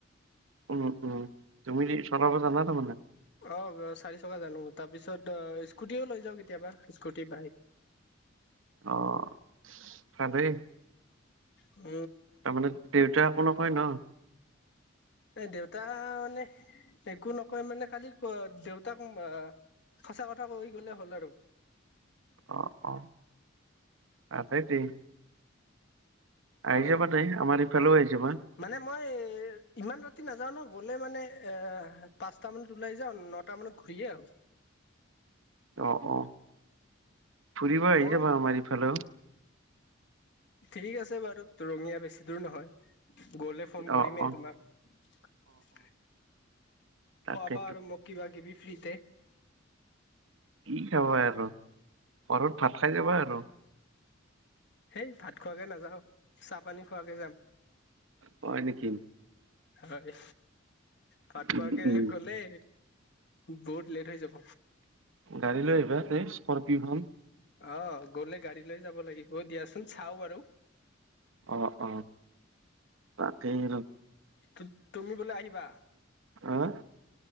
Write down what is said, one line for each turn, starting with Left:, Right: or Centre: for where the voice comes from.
Right: উম উম তুমি যি চলাব জানা তাৰমানে
Left: অ চাৰি চকা জানো তাৰপিছত অ স্কুটিও লৈ যাওঁ কেতিয়াবা স্কুটি বাইক
Right: অঁ ভালেই
Left: উ
Right: তাৰমানে দেউতা একো নকয় ন
Left: এ দেউতা মানে একো নকয় মানে খালি ক দেউতাক আ সঁচা কথা কৈ গ'লে হ'ল আৰু
Right: অ অ তাতে দেই আহি যাবা
Left: অ
Right: দেই আমাৰ ইফালেও আহিছো মই
Left: মানে মই ইমান ৰাতি নাযাও ন গ'লে মানে এ পাঁচটা মানত ওলাই যাও নত টা মানত ঘূৰিয়ে আহো
Right: অ অ ফুৰিব আহি
Left: মই
Right: যাবা আমাৰ ইফালেও
Left: ঠিক আছে বাৰু টোৰ ৰঙীয়া বেছি দূৰ নহয় গলে ফন কৰিমেই
Right: অ অ
Left: তোমাক
Right: তাকে
Left: বা আৰু মোক কিবাকিবি ফ্ৰীতে
Right: কি খাবা আৰু ঘৰত ভাত খাই যাবা আৰু
Left: সেই ভাত খোৱাকে নাযাও চা পানী খোৱাকে যাম
Right: হয় নেকি
Left: হয় ভাতকোৱাকে
Right: উম উম
Left: গলে বহুত লেট হৈ যাব
Right: গাড়ী লৈ আহিবা তে স্কপিঅ' খন
Left: অ গ'লে গাড়ী লৈ যাব লাগিব দিয়াচোন চাও বাৰু
Right: অ অ তাকেই আৰু
Left: তু তুমি বোলে আহিবা
Right: অ',